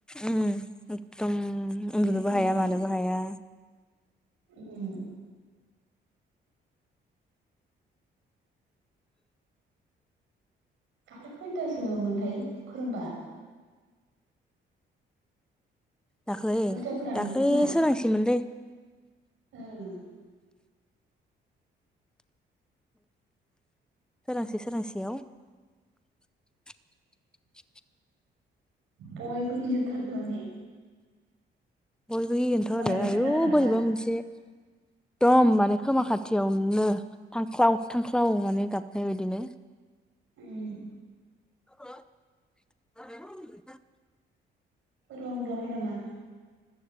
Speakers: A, in the centre; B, on the right (about 80°).
A: उम एकदम उन्दुनोबो
B: खोरोमबाथाय
A: हाया मानोबो हाया।
B: उम दाख्लि खैयथासोनथाय खोरोमबा?
A: दाख्लै
B: दुइथाफोरानोमोन
A: दाख्लै
B: खोमा
A: सोरांसैमोनलै
B: ओं
A: सोरांसे सोरांसेयाव <inaudible>
B: बयबो गिजोबथारदोंआनो
A: बयबो गिगोनथ' आरो
B: बायदि
A: आयु
B: खोनाखादोबा
A: बोरैबा मोनसे एकदम माने खोमा खाथियावनो थांख्लाव थांख्लाव माने गाबनाय बादिनो
B: उम
A: <unintelligible>
B: सोरबा उन्दु'वाखै नामा?